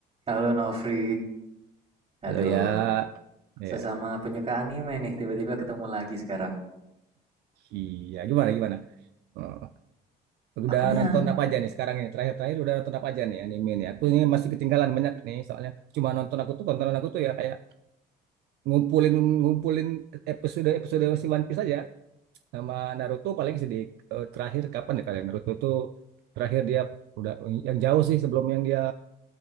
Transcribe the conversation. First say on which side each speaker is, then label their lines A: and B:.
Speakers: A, on the right; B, on the right.
A: Halo Novri,
B: Halo
A: aduh,
B: ya, ya,
A: sesama penyuka anime nih, tiba-tiba ketemu lagi sekarang.
B: iya gimana gimana? Oh, Udah
A: Aku nih
B: nonton
A: anu,
B: apa aja nih sekarang ini? Terakhir-terakhir udah nonton apa aja nih anime nih? Aku ini masih ketinggalan banyak nih soalnya cuma nonton aku tuh tontonan aku tuh ya kayak ngumpulin ngumpulin episode episode si One Piece aja sama Naruto paling sedih eh, terakhir kapan ya kalian Naruto tuh terakhir dia udah yang jauh sih sebelum yang dia